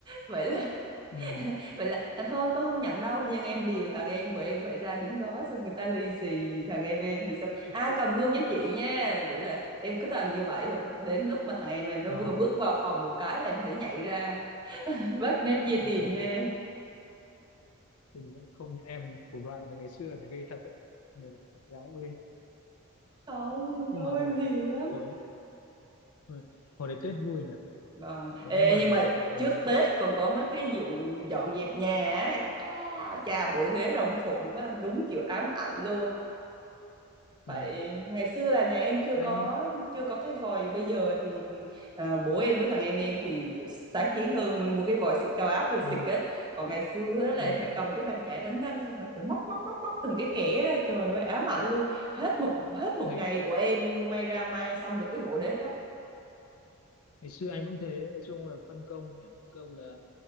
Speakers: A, on the right; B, on the left.
A: vậy là
B: ừ.
A: vậy là à, thôi con không nhận đâu nhưng em điều thằng em của em phải ra đứng đó xong người ta lì xì thằng em em thì
B: <laughs>
A: xong à cầm luôn cho chị nha vậy là em cứ toàn như vậy xong đến lúc mà thằng em em nó
B: à,
A: vừa bước vào phòng một cái là em sẽ nhảy ra <laughs> bắt nó chia
B: à,
A: tiền cho em
B: thì không như em thủ đoạn từ ngày xưa thì ghê thật đấy nhiều con gái mà ghê
A: không
B: nhưng
A: ông
B: mà
A: em
B: hồi
A: hiền
B: hồi
A: lắm
B: hồi hồi, hồi đấy Tết vui nhỉ
A: Vâng.
B: có
A: Ê,
B: một đợt
A: nhưng mà
B: ờ, ở
A: trước Tết còn có mấy cái vụ dọn dẹp nhà ấy. À, chà bộ ghế rồng phụng quá đúng kiểu ám ảnh luôn.
B: ừ,
A: Phải ngày xưa là nhà em chưa
B: anh
A: có chưa có cái vòi bây giờ thì ờ, bố em với thằng em em thì kiểu sáng kiến hơn mình mua cái vòi xịt cao áp về xịt
B: ừ,
A: á. Còn ngày xưa á là
B: ừ.
A: em phải cầm cái bàn chải đánh răng xong rồi phải móc móc móc móc từng cái kẽ ra trời ơi ám ảnh luôn. Hết một hết một
B: ngày
A: ngày của em may ra may xong được cái bộ đế đó.
B: ngày xưa anh cũng thế nói chung là phân công mẹ phân công là